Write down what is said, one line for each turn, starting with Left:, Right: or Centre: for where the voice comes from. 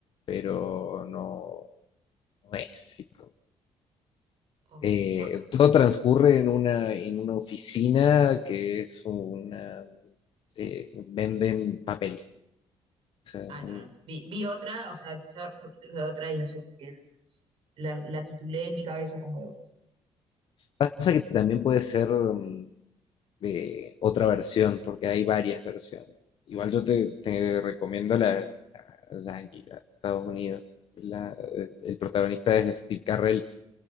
Left: pero no, no es sitcom.
Right: Ok,
Left: Eh,
Right: por-
Left: todo transcurre en una, en una oficina que es una, eh, venden papel. O sea,
Right: ah,
Left: un-
Right: no, no. Vi, vi otra, o sea, empecé a ver los capítulos de otra y no sé por qué. La, la titulé en mi cabeza como de Office.
Left: pasa que también puede ser mm, eh, otra versión, porque hay varias versiones. Igual yo te, te recomiendo la, la Yankee, la de Estados Unidos. La- el protagonista es Steve Carrell,